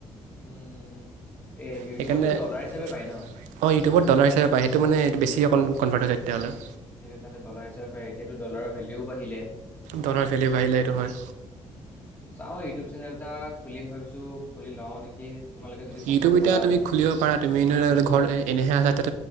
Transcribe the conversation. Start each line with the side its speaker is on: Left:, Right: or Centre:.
Left: উম। এ ইউটিউবততো
Right: সেইকাৰণে অ
Left: ডলাৰ হিচাপে পায় ন?
Right: ইউটিউবত ডলাৰ হিচাপে পায় সেইটো মানে এইটো বেছি অকণ- কণফাৰট হৈ যায় তেতিয়াহ'লে।
Left: সেইটো তাতে ডলাৰ হিচাপে এতিয়াতো ডলাৰৰ ভেলিও বাঢ়িলে।
Right: দলৰ ফেলি বাহিলে এইটো হয়।
Left: চাওঁ ইউটিউব চেনেল এটা খুলিম ভাবিছোঁ খুলি লওঁ নেকি। তোমালোকে যদি চাপৰ্ট
Right: ইউটিউব এতিয়া
Left: কৰা অলপ
Right: তুমি খুলিব পাৰা তুমি ধৰা ঘৰত এনেহে আচা এতিয়া